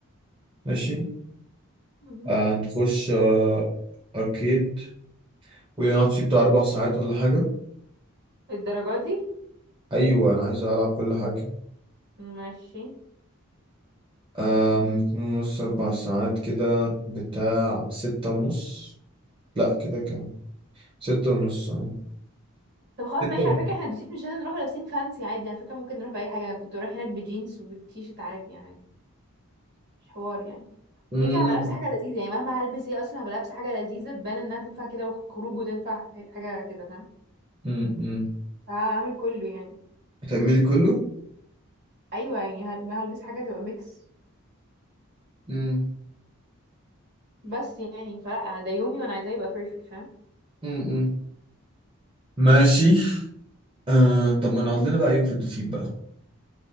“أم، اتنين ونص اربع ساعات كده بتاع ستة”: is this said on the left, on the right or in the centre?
Right